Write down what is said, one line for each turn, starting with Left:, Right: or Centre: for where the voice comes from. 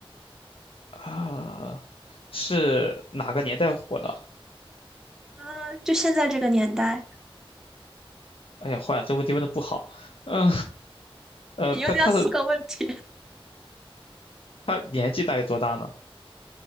Left: 啊？是哪个年代火的？
Centre: 嗯，就现在这个年代，
Left: 哎呀，坏了，这问题问的不好。嗯呃，
Centre: 你又掉四个问题。
Left: 他他的他年纪大概多大呢？